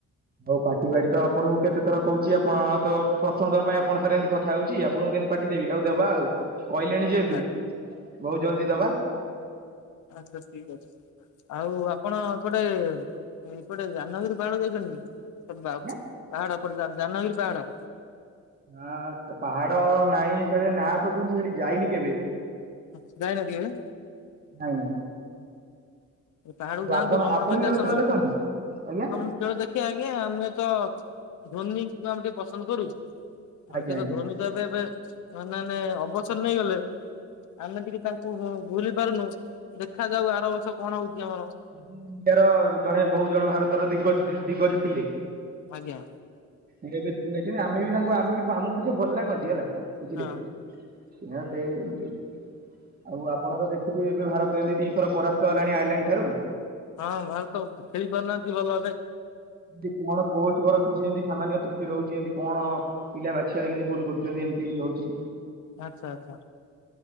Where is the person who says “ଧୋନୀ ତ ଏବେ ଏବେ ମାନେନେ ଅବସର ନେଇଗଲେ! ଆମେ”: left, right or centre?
Left